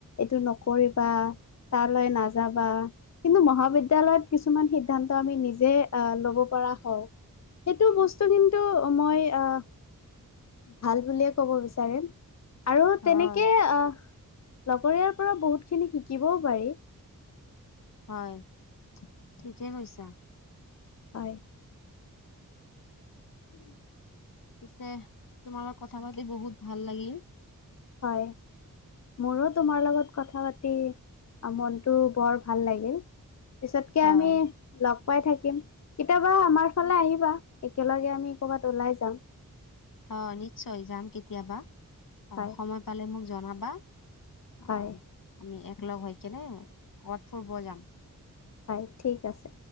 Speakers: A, on the left (about 55°); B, on the left (about 75°).
A: এইটো নকৰি বা তালৈ নাযাবা। কিন্তু মহাবিদ্যালয়ত কিছুমান সিদ্ধান্ত আমি নিজে আঁহ লব পৰা হওঁ। সেইটো বস্তু কিন্তু মই অঁহ ভাল বুলিয়ে ক'ব বিচাৰিম। আৰু
B: হয়
A: তেনেকে আঁহ লগৰীয়াৰ পৰা বহুত খিনি শিকিবও পাৰি।
B: হয় ঠিকে কৈছা।
A: হয়।
B: পিছে তোমাৰ লগত কথা পাতি বহুত ভাল লাগিল।
A: হয়। মোৰো তোমাৰ লগত কথা পাতি মনটো বৰ ভাল লাগিল। পিছতকে
B: হয়
A: আমি লগ পাই থাকিম, কেতিয়াবা আমাৰ ফালে আহিবা একেলগে আমি কৰ'বাত ওলাই যাম।
B: অঁ', নিশ্চয় যাম কেতিয়াবা। অহ',
A: হয়
B: সময় পালে মোক জনাবা। আহ',
A: হয়
B: আমি একলগ হৈ কিনে কৰ'বাত ফুৰিব যাম।
A: হয়, ঠিক আছে।